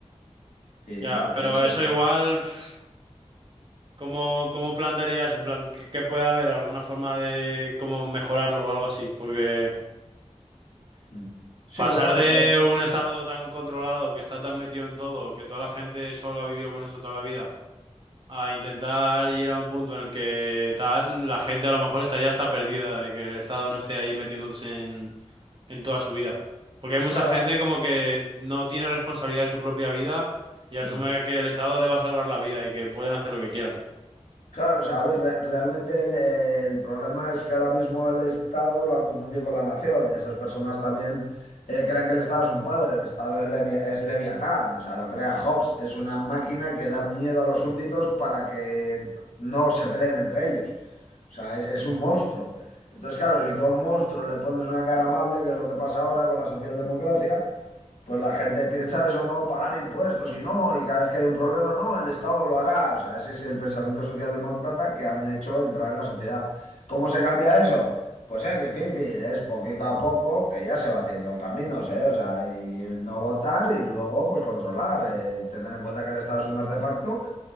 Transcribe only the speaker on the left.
y
va,
eso,
Mm. Sí,
bueno,
joder,
claro.
Mm.
Claro, o sea, a ver, re- realmente el, el problema es que ahora mismo el Estado lo han confundido con la nación y esas personas también eh, creen que el Estado es un padre, el Estado es, levi es Leviatán, o sea, lo crea Hobbes, es una máquina que da miedo a los súbditos para que no se peleen entre ellos. O sea, es, es un monstruo. Entonces, claro, si tú a un monstruo le pones una cara amable, que es lo que pasa ahora con la socialdemocracia, Pues la gente piensa eso, no, pagar impuestos y no, y cada vez que hay un problema, no, el Estado lo hará. O sea, ese es el pensamiento socialdemócrata que han hecho entrar en la sociedad. ¿Cómo se cambia eso? Pues es difícil, es poquito a poco que ya se va haciendo caminos, ¿eh? O sea, y no votar y luego pues controlar, eh, tener en cuenta que el Estado es un artefacto